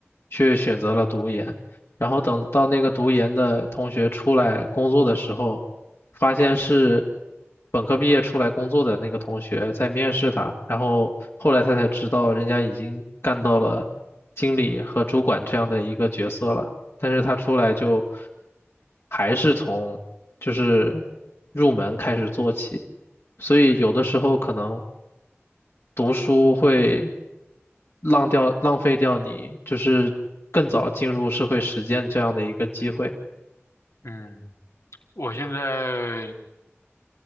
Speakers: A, on the left; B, on the left.
A: 却选择了读研，然后等到那个读研的同学出来工作的时候，发现是本科毕业出来工作的那个同学在面试他，然后后来他才知道人家已经干到了经理和主管这样的一个角色了。但是他出来就还是从就是入门开始做起，所以有的时候可能读书会浪掉浪费掉你就是更早进入社会实践这样的一个机会，
B: 嗯，我现在